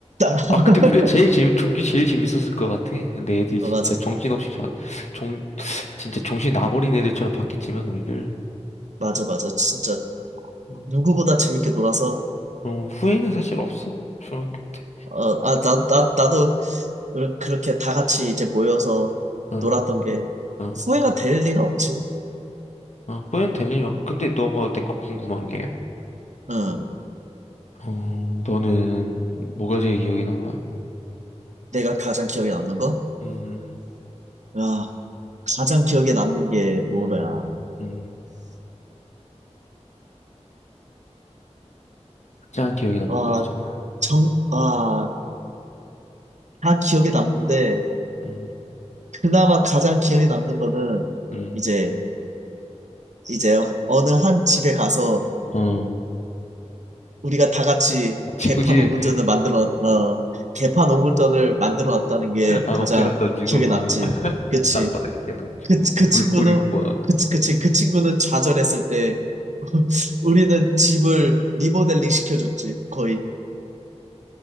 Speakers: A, on the right; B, on the left.
A: <laughs>
B: 아, 근데 우리가 제일 재미, 종기 제일 재밌었을 것 같아. 근데 애들이 진짜
A: 어, 맞아,
B: 정신없이, 자, 정, 진짜 정신 나버린 애들처럼 봤겠지만, 우리를.
A: 맞아, 맞아. 진짜
B: 음,
A: 누구보다 재밌게 놀아서,
B: 어, 후회는 사실 없어. 중학교 때.
A: 어, 아, 나, 나, 나도 그렇- 그렇게 다 같이 이제 모여서
B: 어,
A: 놀았던 게
B: 어,
A: 후회가 될 리가 없지.
B: 어, 후회는 될 일 없. 근데 너가 내 거 궁금한 게,
A: 응.
B: 어, 너는 뭐가 제일 기억에 남아?
A: 내가 가장 기억에 남는 거?
B: 음,
A: 야, 가장 기억에 남는 게 뭐야?
B: 음, 음. 가장 기억에 남는
A: 아,
B: 거 있잖아.
A: 정,
B: 음,
A: 아, 다 기억에 남는데,
B: 음,
A: 그나마 가장 기억에 남는 거는
B: 음.
A: 이제, 이제 어느 한 집에 가서
B: 어,
A: 우리가 다 같이
B: 친구
A: 개판
B: 집,
A: 5분전을 만들어, 어, 개판 오분전을 만들어 놨다는 게
B: 아,
A: 가장
B: 막 계란 던지고,
A: 기억에
B: 막,
A: 남지.
B: <laughs>
A: 그치?
B: 땅바닥에 계란 던지고,
A: 그,
B: 막,
A: 그
B: 물
A: 친구는,
B: 뿌리고,
A: 그, 치- 그, 치- 그 친구는 좌절했을 때, <laughs> 우리는 집을 리모델링 시켜줬지, 거의.